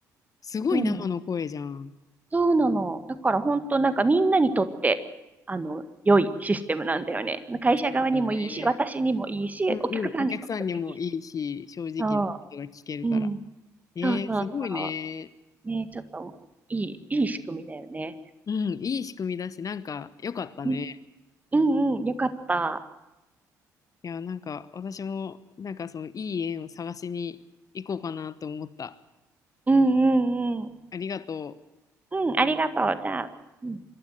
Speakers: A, on the left; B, on the right.
A: すごい生の声じゃん。
B: そうなの。そうなの。だから本当なんかみんなにとって、あの、良いシステムなんだよね。その会社側にもいいし、
A: そうだね。
B: 私にもいいし、
A: うんうん。
B: お客さんにとってもいいし。
A: お客さんにもいいし、正直なことが聞けるから。
B: そう。うん。
A: えー、
B: そうそうそ
A: すごいね。
B: う。ね、ちょっと、いい、いい仕組みだよね。
A: うん、いい仕組みだし、なんか良かったね。
B: うん、うん、うん、よかった。
A: いや、なんか私も、なんかそのいい縁を探しに行こうかなと思った。
B: うん、うん、うん。
A: ありがとう。
B: うん、ありがとう。じゃあ。うん